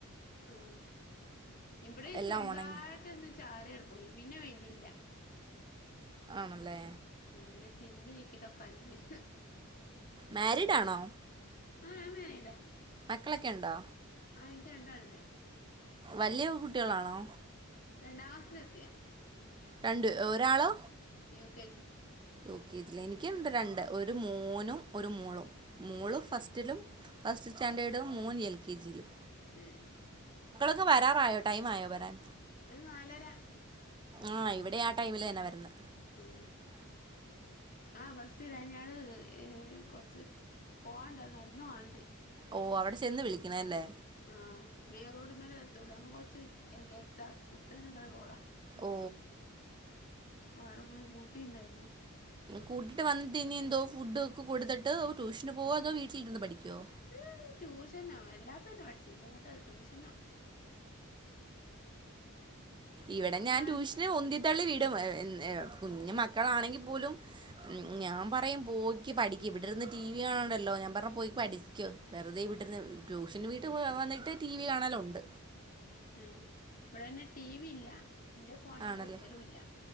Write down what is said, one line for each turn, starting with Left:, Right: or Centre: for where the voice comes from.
Left: ആ ഇബടേം
Right: എല്ലാം
Left: ചെറുതായിട്ട്ന്ന്
Right: ഉണങ്ങി
Left: ചാറിയൊ പോയി പിന്നെ പെയ്തില്ല.
Right: ആണല്ലേ
Left: ആ പിന്നെ തിരുമ്പിചിക്കിട്ടൊക്കഞ്ഞി
Right: മേരീഡാണോ
Left: ആ ഞാൻ മാരീഡാ
Right: മക്കളക്കെ ഉണ്ടോ?
Left: ആ ഇൻക്ക് രണ്ടാള്ണ്ട്.
Right: വല്യയ കുട്ട്യളാണോ
Left: രണ്ടാക്ലാസിലെത്തിയാ
Right: രണ്ട് ഒരാളോ
Left: U K G
Right: U K G ലാ എനിക്ക്ണ്ട് രണ്ട് ഒരു മോനും ഒരു മോളും മോള്
Left: ഉം
Right: ഫസ്റ്റിലും ഫസ്റ്റ് സ്റ്റാൻഡേർഡും മോൻ എൽ കെ ജിയിലും
Left: ഉം
Right: ന്നു വരാറായോ ടൈംആയോ വരാൻ
Left: ഒരു നാലര
Right: ആ ഇവിടേ ആ ടൈമിലന്നാ വരുന്നെ
Left: ആ ആ ബസില ഞ്ഞാള് ഏ കൊർച്ച് പോവാണ്ട് നടന്നൊവാണ്ട്.
Right: ഓ അവിടെ ചെന്ന് വിളിക്കണല്ലേ
Left: ആ മെയിൻറോഡ്മ്മലെത്തൊള്ളൂ ഞങ്ങള് കൊർച്ച് എകരത്താ കുത്തനള്ള റോഡാ
Right: ഓ
Left: അപ്പൊവട പോയി കൂട്ടിട്ടുണ്ടാര്നം
Right: കൂട്ടിട്ട് വന്നിട്ട് ഇനി എന്തോ ഫുഡ്ഒക്കെ കൊട്ത്ട്ട് ട്യൂഷന് പോവോതോ വീട്ടിലിരുന്ന് പഠിക്കോ
Left: ഊ ട്യൂഷനോ എല്ലാതന്നെ പടിച്ചില്ല ഇന്ന്ട്ടാട്യൂഷൻ
Right: ഇവിടെ ഞാൻ
Left: പാ
Right: ട്യൂഷന് ഉന്തിത്തള്ളി വി <unintelligible> കുഞ്ഞുമക്കളാണെങ്കി പോലും ഞാംപറയും പോക്കി പഠിക്ക്ഇവിടെര് ര്ന്ന് ടി വി കാണണ്ടല്ലോ ഞാൻ പറ്ണ്പോയി പഠിക്ക് വെറുതെ വീട്ടിര്ന്ന് ട്യൂ പിൻ വീട്ട് വ
Left: ഉം
Right: വന്നിട്ട് ടി വി കാണലുണ്ട്
Left: ഉം ഇപഴെന്നെ ടിവി ഇല്ല ഇന്റെ ഫോണ് ഞാൻകൊടുക്കലുല്ല
Right: ആണല്ലേ